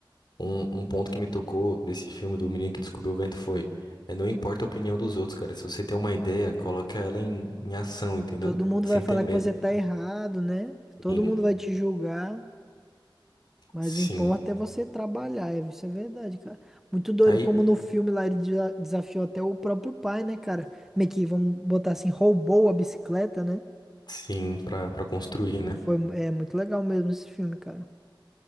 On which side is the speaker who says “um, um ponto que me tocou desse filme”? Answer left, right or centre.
Left